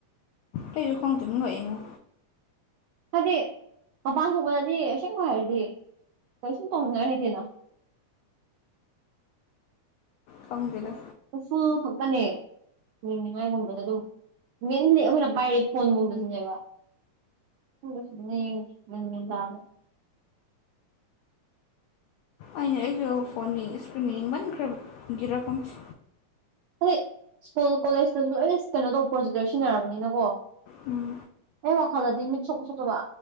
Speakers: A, on the left; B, on the right.
A: ꯑꯩꯖꯨ ꯈꯪꯗꯦ ꯉꯛꯑꯦꯉꯣ꯫
B: ꯍꯥꯏꯗꯤ ꯃꯄꯥꯟ ꯊꯣꯛꯄꯗꯗꯤ ꯑꯁꯦꯡꯕ ꯍꯥꯏꯔꯗꯤ ꯀꯩꯁꯨꯝ ꯇꯧꯅꯤꯡꯉꯥꯢ ꯂꯩꯇꯦꯅꯥ
A: ꯈꯪꯗꯦꯗ
B: ꯎꯐ ꯎꯐꯨꯜ ꯈꯛꯇꯅꯦ꯫ ꯌꯦꯡꯅꯤꯡꯉꯥꯏꯒꯨꯝꯕꯗ ꯑꯗꯨꯝ ꯃꯦꯟꯗꯤ ꯑꯩꯈꯣꯏꯅ ꯄꯥꯏꯔꯤ ꯐꯣꯟꯒꯨꯝꯕꯁꯤꯅꯦꯕ꯫ <unintelligible>
A: ꯑꯩꯅ ꯑꯩꯁꯨ ꯐꯣꯟꯒꯤ ꯏꯁꯀ꯭ꯔꯤꯟ ꯌꯦꯡꯃꯟꯈ꯭ꯔꯕꯒꯤꯔ ꯈꯪꯇꯦ
B: ꯍꯗꯤ ꯁ꯭ꯀꯨꯜ ꯀꯣꯂꯦꯖꯇꯁꯨ ꯂꯣꯏꯅ ꯀꯩꯅꯣ ꯇꯧꯕ ꯄ꯭ꯔꯣꯖꯦꯛꯇꯔ ꯁꯤꯖꯤꯟꯅꯔꯕꯅꯤꯅꯀꯣ꯫
A: ꯎꯝ
B: ꯑꯩ ꯋꯥꯈꯜꯗꯗꯤ ꯃꯤꯠ ꯁꯣꯛꯄ ꯁꯣꯛꯇꯕ